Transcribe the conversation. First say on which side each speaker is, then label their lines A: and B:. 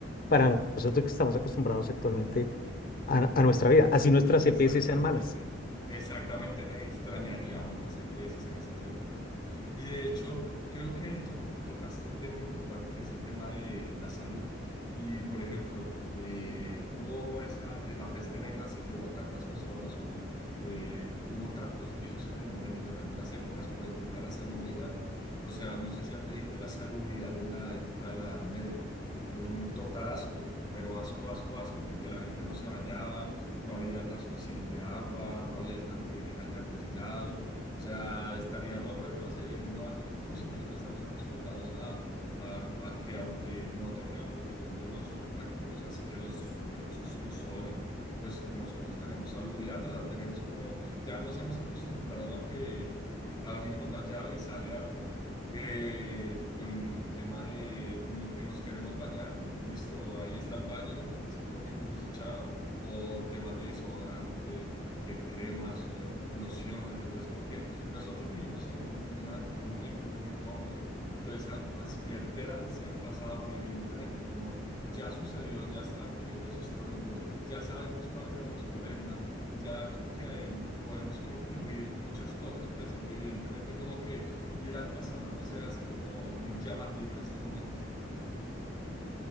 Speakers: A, on the left (about 50°); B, on the left (about 25°).
A: para nosotros que estamos acostumbrados actualmente a, a nuestra vida, así nuestras
B: Exactamente,
A: EPS sean malas.
B: exactamente. Ay, Extrañaríamos las EPS en esas épocas. Y de hecho, creo que to- tocaste un tema importante y es el tema de la salud. Y por ejemplo, eh, hubo esa, eh, la peste negra se llevó a tantas personas o eh, hubo tantos virus en el momento, en algunas épocas, por el tema de la salubridad. O sea, no sé si has leído de la salubridad en la época de la Edad Media. Un total asco, pero asco, asco, asco, porque la gente no se bañaba no había la suficiente agua, no había alcanteri- alcantarillado. O sea, estaríamos retrocediendo años luz y nosotros estamos acostumbrados a, a- a que aunque no tengamos de pronto los recursos, así que los recursos nos sobren, pues nosotros tenemos salubridad, o sea, tenemos como, ya nos hemos acostumbrado a que eh, abrimos la llave y sale agua eh, con el tema de no- que nos queremos bañar, listo, ahí está el baño, cinco minutos y chao o temas de desodorante, de cremas o de lociones. Entonces, como que nosotros vivimos en, en una época muy, muy, muy cómoda. Entonces, al as- ver, ver hacia el pasado, que evidentemente como ya sucedió, ya están libros históricos, ya sabemos cuáles eran los problemas, ya como que eh, podemos concluir muchas cosas, pues eh, evidentemente como que ir al pasado no se hace como muy llamativo en estos momentos.